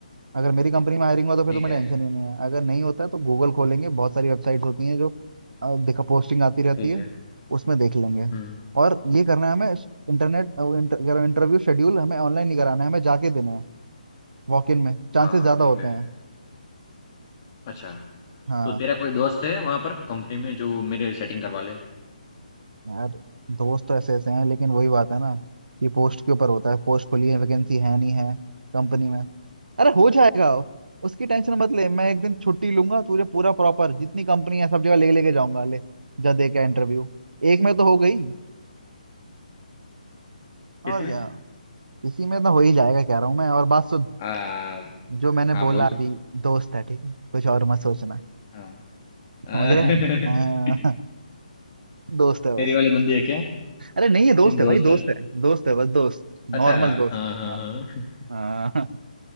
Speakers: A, on the right; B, on the left.
A: अगर मेरी कंपनी में हायरिंग हो तो फिर
B: ठीक
A: तुम्हें
B: है
A: टेंशन ही नहीं है अगर नहीं होता है तो गूगल खोलेंगे बहुत सारी वेबसाइट्स होती हैं जो अ, दिखा पोस्टिंग आती रहती
B: ठीक
A: है
B: है
A: उसमें देख लेंगे
B: हम्म
A: और ये करना है हमें इंटरनेट इंटर, इंटरव्यू शेड्यूल हमें ऑनलाइन नहीं कराना है हमें जाके देना है वॉक इन में चांसेस
B: हाँ हाँ
A: ज्यादा
B: ठीक
A: होते
B: है
A: हैं
B: अच्छा
A: हाँ
B: तो तेरा कोई दोस्त है वहां पर कंपनी में जो मेरे सेटिंग करवा ले
A: यार दोस्त तो ऐसे ऐसे हैं लेकिन वही बात है ना कि पोस्ट के ऊपर होता है पोस्ट खुली है वैकेंसी है नहीं है कंपनी में
B: अच्छा
A: अरे हो जाएगा उसकी टेंशन मत ले मैं एक दिन छुट्टी लूंगा तुझे पूरा प्रॉपर जितनी कंपनी है सब जगह ले लेके जाऊंगा ले जा दे के इंटरव्यू एक में तो हो गई
B: किसमें
A: और क्या इसी में तो हो ही जाएगा कह रहा हूँ मैं और बात सुन
B: आ,
A: जो मैंने
B: हाँ
A: बोला
B: बोल
A: अभी दोस्त है ठीक है कुछ और मत सोचना
B: हाँ आ,
A: समझ रहे
B: <laughs>
A: हैं हाँ, <laughs> दोस्त है
B: तेरी
A: बस
B: वाली बंदी है क्या
A: अरे नहीं
B: सिर्फ
A: है दोस्त
B: दोस्त
A: है भाई दोस्त
B: है
A: है दोस्त है बस दोस्त
B: अच्छा
A: नॉर्मल दोस्त
B: हाँ हाँ
A: हाँ
B: हाँ
A: हाँ